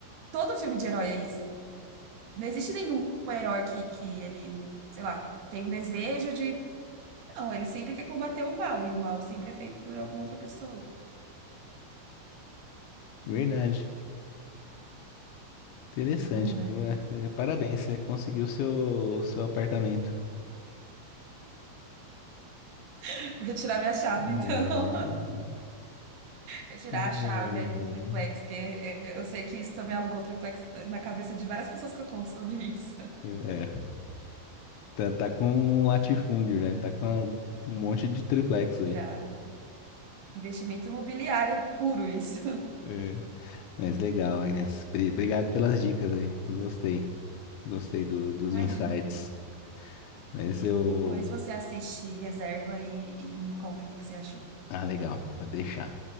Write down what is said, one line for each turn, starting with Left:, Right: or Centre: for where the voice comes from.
Right: todo filme de herói é isso. Não existe nenhum herói que, que ele, sei lá, tem um desejo de. Não, ele sempre quer combater o mal, e o mal sempre é feito por alguma outra pessoa.
Left: verdade. Interessante.
Right: Bom, né?
Left: Ué, eh, Parabéns, você conseguiu seu, seu apartamento.
Right: <laughs> Vou retirar minha chave,
Left: Não,
Right: então. <laughs> Retirar
Left: não.
Right: a chave aí do triplex, que é- é- eu sei que isso também alugou o triplex na cabeça de várias pessoas que eu conto sobre isso.
Left: É. Tá, tá com um latifúndio já, tá com uma- um monte de triplex
Right: <laughs>
Left: aí.
Right: Já. Investimento imobiliário puro, isso. <laughs>
Left: É. Mas legal, Agnes. Bri- Obrigado pelas dicas aí. Gostei. Gostei do- dos
Right: Imagina.
Left: insights. Mas eu.
Right: Depois você assiste Reserva e, e me conta o que que você achou,
Left: Ah, legal. Pode deixar.